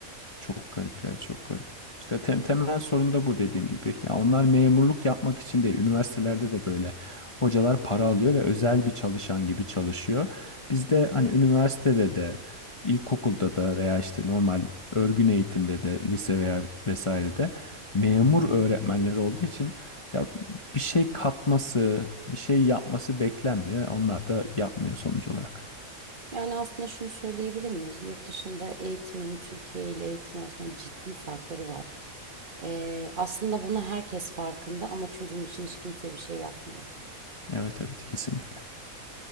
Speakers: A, on the left; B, on the right.
A: Çok garip ya çok garip. İşte te- temel sorun da bu dediğim gibi. Ya onlar memurluk yapmak için değil. Üniversitelerde de böyle hocalar para alıyor ve özel bir çalışan gibi çalışıyor. Bizde hani üniversitede de ilkokulda da veya işte normal örgün eğitimde de lise veya vesairede memur öğretmenleri olduğu için ya bir şey katması, bir şey yapması beklenmiyor. Onlar da yapmıyor sonuç olarak.
B: Yani aslında şunu söyleyebilir miyiz? Yurt dışında eğitimin Türkiye ile eğitim arasında ciddi farkları var. E, aslında bunu herkes farkında ama çözüm için hiç kimse bir şey yapmıyor.
A: Evet evet kesinlikle.